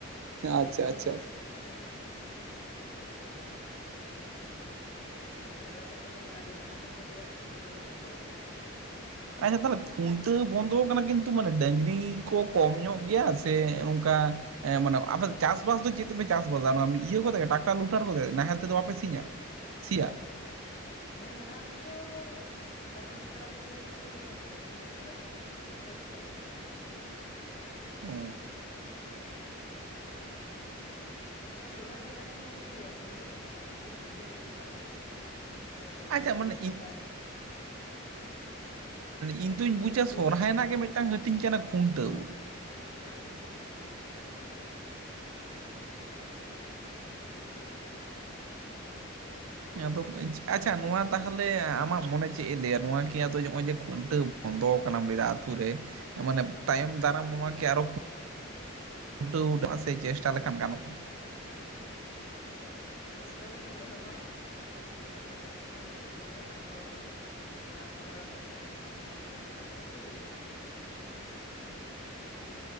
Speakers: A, on the right (about 80°); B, on the left (about 50°).
A: ᱟᱪᱪᱷᱟ ᱟᱪᱪᱷᱟ
B: <unintelligible> ᱦᱮᱸ ᱛᱟᱦᱞᱮ ᱟᱞᱮ ᱥᱮᱫ ᱠᱷᱚᱡ ᱢᱟᱱᱮ ᱟᱹᱰᱤ ᱞᱟᱦᱟ ᱧᱚᱜ ᱠᱷᱚᱡ ᱜᱮ ᱠᱷᱩᱱᱴᱟᱹᱣ ᱠᱚᱫᱚ ᱵᱚᱱᱫᱚ ᱟᱠᱟᱱᱟ᱾
A: ᱟᱪᱪᱷᱟ ᱛᱟᱦᱚᱞᱮ ᱠᱷᱩᱱᱴᱟᱹᱣ ᱵᱚᱱᱫᱚ ᱠᱟᱱᱟ ᱠᱤᱱᱛᱩ ᱢᱟᱱᱮ ᱰᱟᱹᱝᱨᱤ ᱠᱚ ᱠᱚᱢ ᱧᱚᱜ ᱜᱮᱭᱟ ᱥᱮ ᱚᱝᱠᱟ ᱚᱻ ᱢᱟᱱᱮ ᱟᱯᱮ ᱪᱟᱥᱵᱟᱥ ᱫᱚ ᱪᱮᱫ ᱛᱮᱯᱮ ᱪᱟᱥ ᱵᱟᱥᱟ ᱤᱭᱟᱹ ᱠᱚᱫᱚ ᱴᱟᱠᱴᱟᱨ ᱞᱩᱴᱟᱨ ᱱᱟᱦᱮᱞ ᱛᱮᱫᱚ ᱥᱤᱭᱟ ᱥᱤᱭᱟ᱾
B: ᱦᱮᱸ ᱞᱟᱦᱟ ᱛᱮᱫᱚ ᱰᱟᱹᱝᱨᱤ ᱠᱟᱰᱟ ᱛᱮᱜᱮ ᱥᱤᱭ ᱦᱩᱭᱩᱜ ᱠᱟᱱ ᱛᱟᱦᱮᱱᱟ ᱢᱮᱱᱠᱷᱟᱱ ᱱᱮᱛᱟᱨ ᱫᱚ ᱡᱚᱛᱚ ᱴᱨᱟᱠᱴᱚᱨ ᱠᱚᱛᱮ᱾
A: ᱚ
B: ᱦᱮᱸ ᱥᱚᱨᱚᱦᱟᱭ ᱫᱚ ᱡᱟᱠ ᱡᱚᱢᱚᱠ ᱜᱮ ᱦᱩᱭᱩᱜᱼᱟ᱾ ᱢᱮᱱᱠᱷᱟᱱ ᱩᱱᱠᱩ ᱰᱟᱝᱨᱤ ᱠᱷᱩᱱᱴᱟᱹᱣ ᱛᱮᱫ ᱜᱮ ᱵᱟᱝ ᱦᱩᱭᱩᱜ ᱠᱟᱱᱟ᱾ ᱥᱚᱨᱦᱟᱭ
A: ᱟᱪᱪᱷᱟ
B: ᱨᱮ
A: ᱢᱟᱱᱮ ᱤᱧ
B: ᱚᱱᱠᱟ
A: ᱤᱧ
B: ᱮᱱᱮᱡ
A: ᱫᱚᱩᱧ
B: ᱠᱚ
A: ᱵᱩᱡᱟ
B: ᱦᱩᱭᱩᱜ
A: ᱥᱚᱨᱦᱟᱭ
B: ᱜᱮᱭᱟ
A: ᱨᱮᱱᱟᱜ ᱜᱮ ᱢᱤᱫᱴᱟᱝ ᱦᱟᱹᱴᱤᱧ ᱠᱟᱱᱟ ᱠᱷᱩᱱᱴᱟᱹᱣ᱾
B: ᱦᱮᱸ᱾ <inaudible>
A: ᱮᱫᱚᱢ <unintelligible> ᱟᱪᱪᱷᱟ ᱱᱚᱣᱟ ᱛᱟᱦᱚᱞᱮ ᱟᱢᱟᱜ ᱢᱚᱱᱮ ᱪᱮᱫ ᱮ ᱞᱟᱹᱭᱟ ᱛᱟᱦᱟᱞᱮ ᱟᱢᱟᱜ ᱢᱚᱱᱮ ᱪᱮᱫ ᱞᱮᱭᱟ ᱱᱚᱣᱟ ᱠᱤ ᱟᱫᱚ ᱱᱚᱜᱼᱚᱭ ᱡᱮ ᱠᱷᱩᱱᱴᱟᱹ ᱵᱚᱱᱫᱚ ᱟᱠᱟᱱᱟ ᱟᱛᱳ ᱨᱮ? ᱢᱟᱱᱮ ᱛᱟᱭᱚᱢ ᱫᱟᱨᱟᱢ ᱱᱚᱣᱟ ᱠᱤ ᱟᱨᱚ ᱴᱷᱩᱠᱟᱹᱣ <unintelligible> ᱪᱮᱥᱴᱟ ᱞᱮᱠᱷᱟᱱ ᱜᱟᱱᱚᱜᱼᱟ?
B: ᱪᱮᱥᱴᱟ ᱞᱮᱠᱷᱟᱱ ᱫᱚ ᱜᱟᱱᱚᱜᱼᱟ᱾ ᱟᱫᱚ ᱡᱚᱛᱚ ᱥᱳᱞᱳ ᱟᱱᱟ ᱦᱚᱲ? ᱜᱟᱞᱢᱟᱨᱟᱣ ᱠᱟᱛᱮᱫ ᱚᱱᱟ ᱠᱚᱫᱚ ᱜᱚᱴᱟ ᱞᱮᱠᱷᱟᱡ ᱜᱮ ᱦᱩᱭᱩᱜᱼᱟ᱾